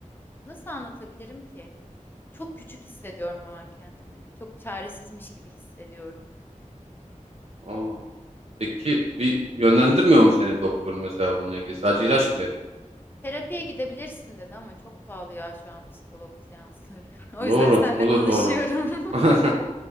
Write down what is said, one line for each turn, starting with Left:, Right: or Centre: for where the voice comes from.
Left: nasıl anlatabilirim ki? Çok küçük hissediyorum o an kendimi. Çok çaresizmiş gibi hissediyorum.
Right: Allah Allah. Peki bir yönlendirmiyor mu seni doktorun mesela bununla ilgili sadece ilaç mı veriyor?
Left: Terapiye gidebilirsin dedi ama çok pahalı ya şu an psikolog seansları. <laughs> O yüzden
Right: Doğru
Left: seninle
Right: o
Left: konuşuyorum.
Right: da doğru. <laughs>
Left: <laughs>